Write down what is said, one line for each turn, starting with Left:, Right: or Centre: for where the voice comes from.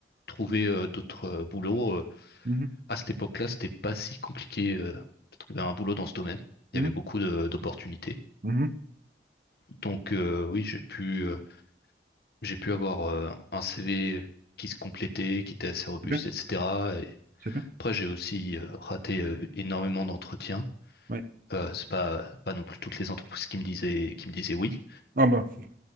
Left: trouver euh, d'autres euh, boulots. Euh,
Right: Mhm,
Left: À cette époque-là, c'était pas si compliqué euh, de trouver un boulot dans ce domaine.
Right: mhm,
Left: Il y avait beaucoup de- d'opportunités.
Right: mhm.
Left: Donc, euh, oui, j'ai pu. euh, J'ai pu avoir euh, un CV qui se complétait, qui était assez robuste,
Right: C'est bien.
Left: etc. Et
Right: C'est bien.
Left: après, j'ai aussi euh, raté euh, énormément d'entretiens.
Right: Ouais.
Left: Euh, c'est pas, pas non plus toutes les entreprises qui me disaient, qui me disaient oui,
Right: Ah bah,